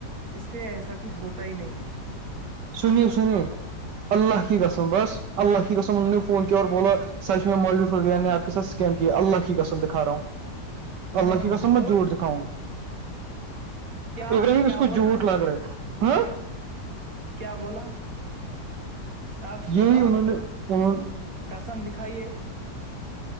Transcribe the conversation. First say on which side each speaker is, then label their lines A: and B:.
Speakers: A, on the right; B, on the right.
A: اس پہ ایسا کچھ ہوتا ہی نہیں ہے
B: سنیے سنیے اللہ کی قسم بس اللہ کی قسم انہوں نے فون کیا اور بو سچ میں مولوف ہوب نے س اسکیم کی اللہ کی کسم دکھا رہا ہوں اللہ
A: ہاں
B: کی قسم میں
A: اور
B: جھٹ دکھاں گا
A: کیا
B: ابراہیم
A: کیا
B: اس کو
A: بولا
B: جھوٹ لگ رہا ہاں
A: کیا بولا آپ
B: یہی
A: آپ
B: انہوں نے پون
A: قسم دکھائیے